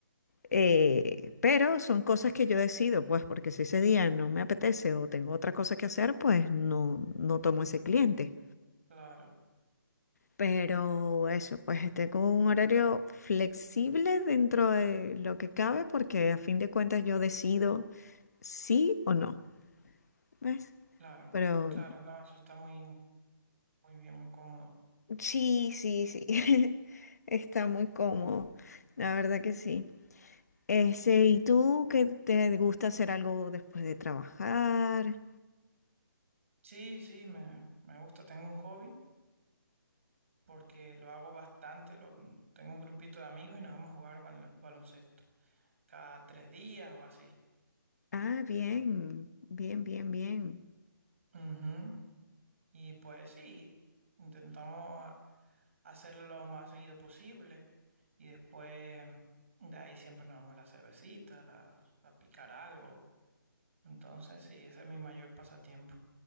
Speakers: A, on the left; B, on the right.
A: Eh, pero son cosas que yo decido, pues, porque si ese día no me apetece o tengo otra cosa que hacer, pues no, no tomo ese cliente.
B: Claro,
A: Pero eso, pues tengo un horario flexible dentro de lo que cabe, porque a fin de cuentas yo decido sí o no, ¿ves?
B: claro,
A: Pero
B: claro. No, eso está muy, muy bien, muy cómodo.
A: sí, sí, sí, <laughs> está muy cómodo,
B: Mm.
A: la verdad que sí. Ese, ¿y tú qué te gusta hacer algo después de trabajar?
B: Sí, sí, me, me gusta. Tengo un hobby porque lo hago bastante. Lo, tengo un grupito de amigos y nos vamos a jugar bal- baloncesto cada tres días o así.
A: Ah, bien, bien, bien, bien.
B: Ujú. Y pues sí, intentamos a- hacerlo lo más seguido posible y después de ahí siempre nos vamos a la cervecita, la- a picar algo. Entonces sí, ese es mi mayor pasatiempo,